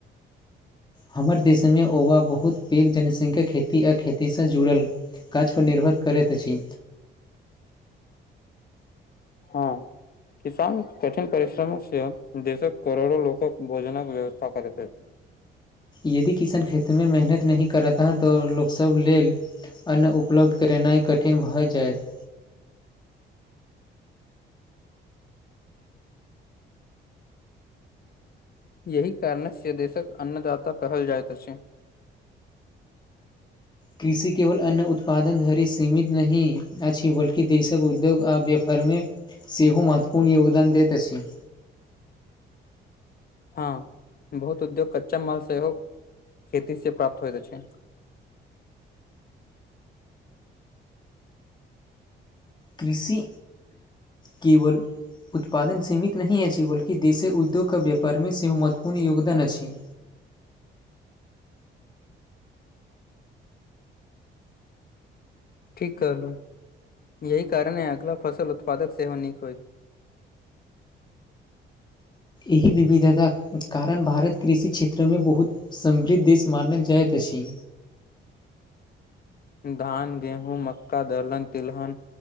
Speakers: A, on the left; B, on the left.
A: हमर देशमे ओवा बहुत पैघ जनसंख्या खेती आ खेतीसँ जुड़ल काज पर निर्भर करैत अछि
B: हँ किसान कठिन परिश्रमसँ देशक करोड़ो लोकक भोजनक व्यवस्था करैत अछि
A: यदि किसान खेतमे मेहनत नहि करता ह तऽ लोक सब लेल अन्न उपलब्ध करेनाइ कठिन भऽ जायैत।
B: यही कारणस्य से देशक अन्नदाता कहल जाइत अछि
A: कृषि केवल अन्न उत्पादन धरि सीमित नहि अछि बलकी देशक उद्योग आव्य घरमे सेहो महत्वपूर्ण योगदान दैत अछि
B: ह बहुत उद्योग कच्चा माल सेहो खेती से प्राप्त होइत अछी
A: कृषि केवल <unintelligible> उत्पादन सीमित नहि अछि बल्कि देशी उद्योगके व्यापारमे सेहो महत्वपूर्ण योगदान अछि।
B: ठीक कहलु यही कारण हइ अगिला फसल उत्पादक सेहो नीक होय
A: एहि विविधताक कारण भारत कृषि क्षेत्रमे बहुत समृद्ध देश मानल जाइत अछि।
B: धान गेहूँ मक्का दलहन तिलहन